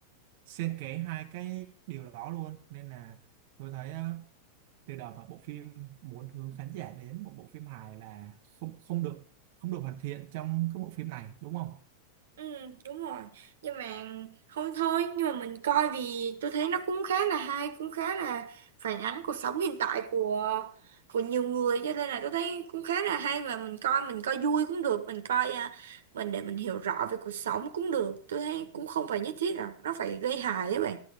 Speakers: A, on the right; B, on the right.
A: xen kẽ hai cái điều đó luôn nên là tôi thấy từ đó mà bộ phim muốn hướng khán giả đến một bộ phim hài là không không được không được hoàn thiện trong cái bộ phim này đúng không
B: Ừ, đúng rồi. Nhưng mà không thôi, nhưng mà mình coi vì tôi thấy nó cũng khá là hay, cũng khá là phản ánh cuộc sống hiện tại của của nhiều người cho nên là tôi thấy cũng khá là hay và mình coi mình coi vui cũng được, mình coi à, mình để mình hiểu rõ về cuộc sống cũng được. Tôi thấy cũng không phải nhất thiết là nó phải gây hại các bạn.